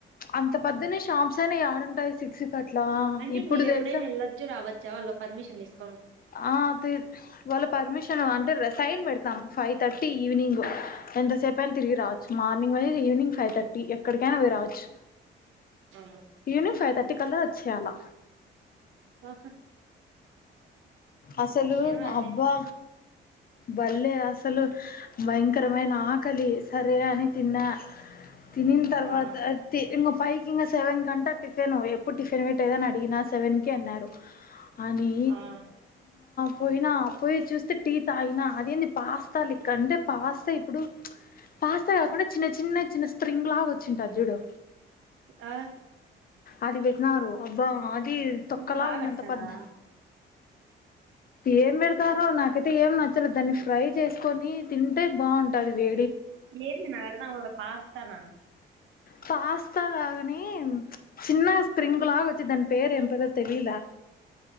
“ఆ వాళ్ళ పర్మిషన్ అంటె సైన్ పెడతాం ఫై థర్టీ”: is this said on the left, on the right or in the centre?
Left